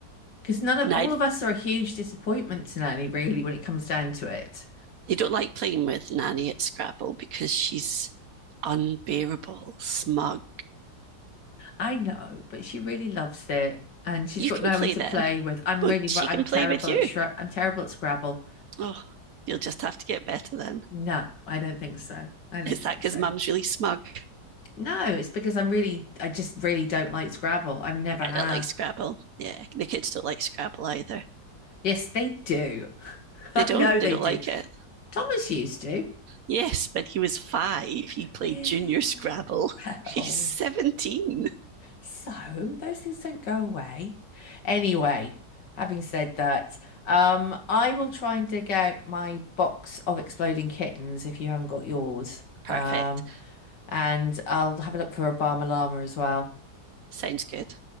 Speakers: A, on the left; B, on the right.
A: Because none of
B: now
A: all of us are a huge disappointment to Nanny, really, when it comes down to it.
B: they don't like playing with Nanny at Scrabble because she's unbearable, smug.
A: I know, but she really loves it, and she's
B: You
A: got
B: can
A: no
B: play
A: one to
B: then,
A: play with. I'm
B: but
A: really, ru-
B: she
A: I'm
B: can
A: terrible
B: play with you.
A: at Shre I'm terrible at Scrabble.
B: Oh, you'll just have to get better then.
A: No, I don't think so. I don't
B: Is
A: think
B: that because
A: so.
B: mum's really smug?
A: No, it's because I'm really, I just really don't like Scrabble. I never
B: I
A: have.
B: don't like Scrabble. Yeah, the kids don't like Scrabble either.
A: Yes, they do. <laughs> I
B: They don't.
A: know
B: They
A: they
B: don't
A: do.
B: like it.
A: Thomas used to.
B: Yes, but he was five. He
A: <sighs>
B: played junior Scrabble. <laughs> He's
A: Well.
B: 17.
A: So those things don't go away. Anyway, having said that, um, I will try and dig out my box of exploding kittens if you haven't got yours.
B: Perfect.
A: Um, and I'll have a look for a Barma Llama as well.
B: Sounds good.